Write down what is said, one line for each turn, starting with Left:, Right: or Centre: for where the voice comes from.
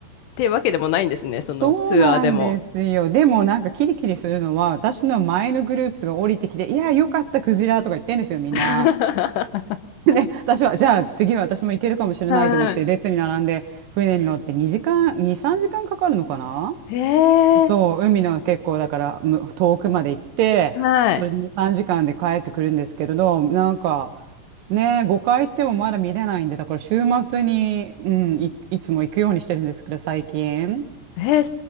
Left: ていうわけでもないんですね。そのツアーでも。
Right: そうなんですよ。でもなんかキリキリするのは、私の前のグループとか降りてきて、いや、よかった、クジラとか言ってんですよ、みんな。
Left: <laughs>
Right: <laughs> で、私は、じゃあ次は私も行けるかもしれないと思って、
Left: はい。
Right: 列に並んで、船に乗って2時間、2、3時間かんかかるのかな
Left: へえ、
Right: そう、海の結構だからむ遠くまで行って、
Left: はい。
Right: それで2、3時間で帰ってくるんですけれど、なんかね、5回行ってもまだ見れないんで、だから週末に、うん、い、いつも行くようにしてるんですけど、最近。
Left: へえ、